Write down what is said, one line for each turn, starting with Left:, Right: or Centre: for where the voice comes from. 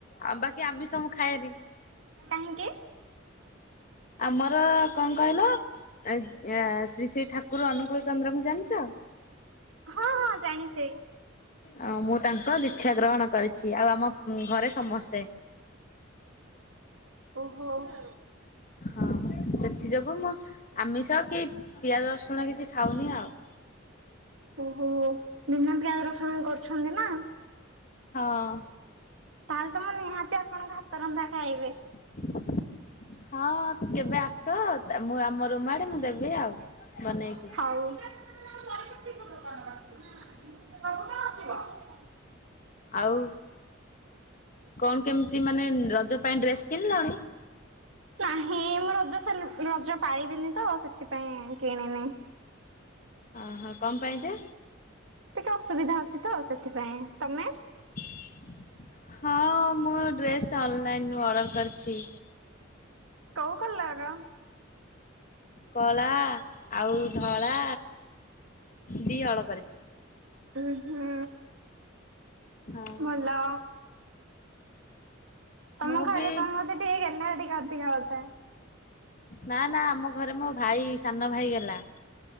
Left: ଆ ବାକି ଆମିଷ ମୁଁ ଖାଏନି।
Right: କାହିଁକି?
Left: ଆମର କଣ କହିଲ ଶ୍ରୀ ଶ୍ରୀ ଠାକୁର ଅନୁକୂଳ ଚନ୍ଦ୍ରଙ୍କୁ ଜାଣିଛ?
Right: ହଁ ହଁ ଜାଣିଛି।
Left: ଅ ମୁଁ ତାଙ୍କ ଦୀକ୍ଷା ଗ୍ରହଣ କରିଛି ଆଉ ଆମ ଘରେ ସମସ୍ତେ।
Right: ଓହୋଃ।
Left: ହଁ, ସେଥି ଯୋଗୁ ମୁଁ ଆମିଷ କି ପିଆଜ, ରସୁଣ କିଛି ଖାଉନି ଆଉ।
Right: ଓହୋଃ, ବିନା ପିଆଜ ରସୁଣ କରୁଛନ୍ତି ନା?
Left: ହଁ।
Right: ତାହେଲେ ତ ମୁଁ ନିହାତି ଆପଣଙ୍କ ହା ତ ରନ୍ଧା ଖାଇବି।
Left: <inaudible> ହଁ, କେବେ ଆସ ମୁଁ ଆମ ରୁମ ଆଡେ ମୁଁ ଦେବି ଆଉ ବନେଇକି।
Right: ହଉ।
Left: ଆଉ କଣ କେମିତି ମାନେ ରଜ ପାଇଁ ଡ୍ରେସ୍ କିଣିଲଣି?
Right: ନାହିଁ ମୁଁ ରଜ ସେଲ୍ ରଜ ପାଳିବିନି ତ ସେଥିପାଇଁ କିଣିନି।
Left: ଓଃ କଣ ପାଇଁ ଯେ?
Right: ଟିକେ ଅସୁବିଧା ଅଛି ତ ସେଥିପାଇଁ। ତମେ?
Left: <inaudible> ହଁ, ମୁଁ ଡ୍ରେସ୍ ଅନଲାଇନୁ ଅର୍ଡର କରିଛି।
Right: କୋଉ କଲର୍ ର?
Left: କଳା ଆଉ ଧଳା ଦି ଅଳ ପରିଚି
Right: ଉଁ ହୁଁ
Left: ହଁ
Right: ଭଲ। ତମ
Left: ମୁଁ
Right: ଘରେ
Left: ବି
Right: ତମେ ବୋଧେ ଟିକେ ଗେହ୍ଲା ଟିକେ ଅଧିକା ହଥାଏ।
Left: ନା ନା ଆମ ଘରେ ମୋ ଭାଇ ସାନ ଭାଇ ଗେହ୍ଲା।